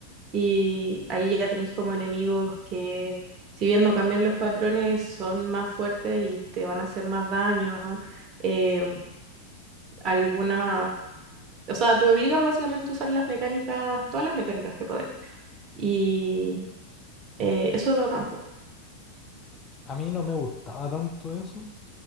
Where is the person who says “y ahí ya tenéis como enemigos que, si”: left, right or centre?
Right